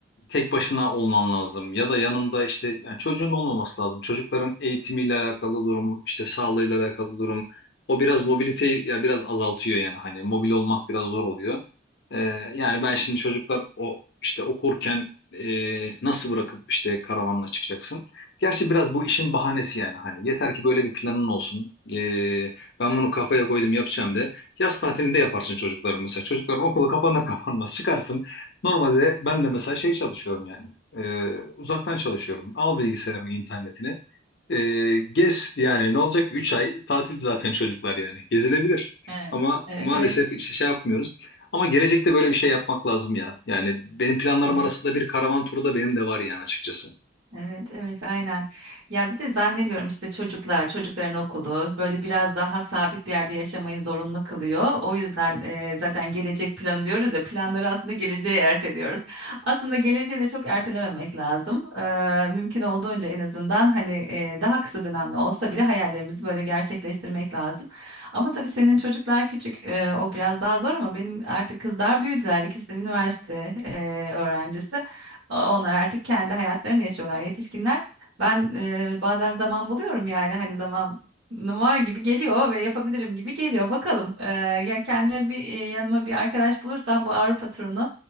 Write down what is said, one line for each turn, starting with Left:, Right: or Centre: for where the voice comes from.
Left: tek başına olman lazım ya da yanında işte yani çocuğun olmaması lazım. Çocukların eğitimiyle alakalı durum, işte sağlığıyla alakalı durum. O biraz mobiliteyi ya biraz azaltıyor yani hani mobil olmak biraz zor oluyor. Ee, yani ben şimdi çocuklar o işte okurken e, nasıl bırakıp işte karavanla çıkacaksın? Gerçi biraz bu işin bahanesi yani hani yeter ki böyle bir planın olsun. Ee, ben bunu kafaya koydum yapacağım de. Yaz tatilinde yaparsın çocukların mesela. Çocukların okulu kapanır kapanmaz çıkarsın. Normalde ben de mesela şey çalışıyorum yani. Ee, uzaktan çalışıyorum. Al bilgisayarımı, internetini. Ee, gez yani ne olacak? üç ay tatil zaten <laughs> çocuklar yani. Gezilebilir.
Right: Evet.
Left: Ama
Right: Evet
Left: maalesef
Right: evet.
Left: işte şey yapmıyoruz. Ama gelecekte böyle bir şey yapmak lazım ya. Yani benim planlarım
Right: Evet.
Left: arasında bir karavan turu da benim de var yani açıkçası.
Right: Evet, evet, aynen. Ya bir de zannediyorum işte çocuklar, çocukların okulu böyle biraz daha sabit bir yerde yaşamayı zorunlu kılıyor. O yüzden e, zaten gelecek planı diyoruz ya, planları aslında geleceğe erteliyoruz. Aslında geleceği de çok ertelememek lazım. Eee, mümkün olduğunca en azından hani e, daha kısa dönemli olsa bile hayallerimizi böyle gerçekleştirmek lazım. Ama tabii senin çocuklar küçük, e, o biraz daha zor ama benim artık kızlar büyüdüler. İkisi de üniversite e, öğrencisi. Onlar artık kendi hayatlarını yaşıyorlar yetişkinler. Ben e, bazen zaman buluyorum yani hani zaman var gibi geliyor ve yapabilirim gibi geliyor. Bakalım e, ya kendime bir e, yanıma bir arkadaş bulursam bu Avrupa turunu